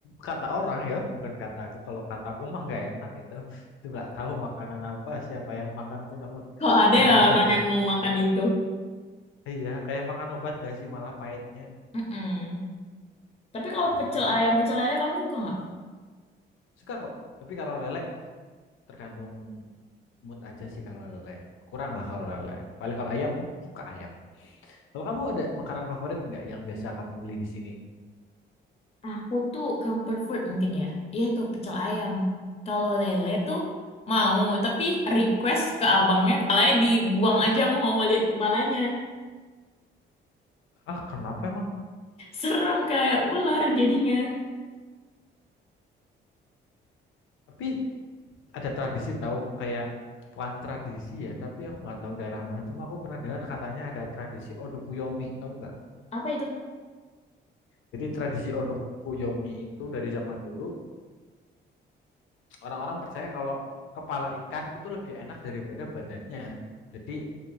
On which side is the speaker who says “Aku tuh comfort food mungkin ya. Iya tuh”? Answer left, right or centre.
Left